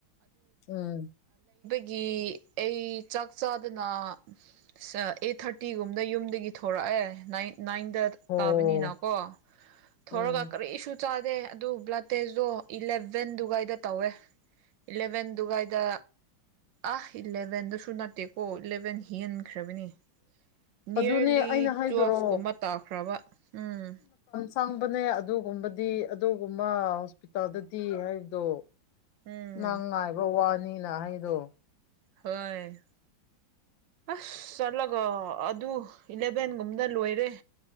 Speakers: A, on the left; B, on the right.
A: ꯎꯝ
B: <inaudible> ꯒꯤ ꯑꯩ ꯆꯥꯛ ꯆꯥꯗꯅ ꯑꯩꯠ ꯊꯥꯔꯇꯤꯒꯨꯝꯕꯗ ꯌꯨꯝꯗꯒꯤ ꯊꯣꯛꯣꯔꯛꯑ ꯑꯦ ꯅꯥꯏꯟꯗ
A: ꯑꯣ
B: ꯇꯥꯕꯅꯤꯅꯀꯣ ꯊꯣꯔꯒ
A: ꯎꯝ
B: ꯀꯔꯤꯁꯨ ꯆꯥꯗꯦ ꯑꯗꯨ ꯕ꯭ꯂꯗ ꯇꯦꯁꯇꯣ ꯏꯂꯚꯦꯟꯗꯨꯒ ꯑꯩꯗ ꯇꯧꯋꯦ ꯏꯂꯚꯦꯟ ꯗꯨꯋꯥꯥꯏꯗ ꯑ ꯏꯂꯚꯦꯟꯗꯁꯨ ꯅꯠꯇꯦꯀꯣ ꯏꯂꯚꯦꯟ ꯍꯤꯍꯟꯈ꯭ꯔꯕꯅꯤ ꯅꯤꯌꯔꯂꯤ
A: ꯑꯗꯨꯅꯦ ꯑꯩꯅ ꯍꯥꯏꯗꯨꯔꯣ
B: ꯇꯨꯋꯦꯜꯐꯀꯨꯝꯕ ꯇꯥꯈ꯭ꯔꯕ ꯎꯝ
A: ꯁꯪꯕꯅꯦ ꯑꯗꯨꯒꯨꯝꯕꯗꯤ ꯑꯗꯨꯒꯨꯝꯕ ꯍꯣꯁꯄꯤꯇꯥꯜꯗꯗꯤ ꯍꯥꯏꯕꯗꯣ
B: ꯎꯝ
A: ꯅꯪ ꯉꯥꯏꯕ ꯋꯥꯅꯤꯅ ꯑꯩꯗꯣ
B: ꯍꯣꯏ ꯑꯁ ꯆꯠꯂꯒ ꯑꯗꯨ ꯏꯂꯚꯦꯟꯒꯨꯝꯗ ꯂꯣꯏꯔꯦ